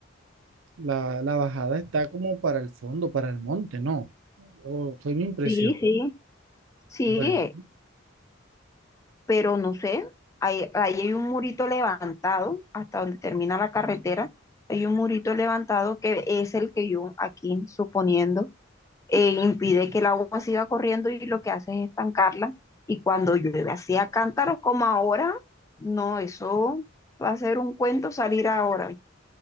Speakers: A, on the right; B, on the left.
A: La, la bajada está como para el fondo, para el monte, ¿no? O fue mi impresión.
B: Sí, sí, sí,
A: Bueno,
B: pero no sé, ahí, ahí hay un murito levantado hasta donde termina la carretera, hay un murito levantado que es el que yo aquí suponiendo eh, impide que el agua siga corriendo y lo que hace es estancarla. Y cuando llueve así a cántaros como ahora, no, eso va a ser un cuento salir ahora.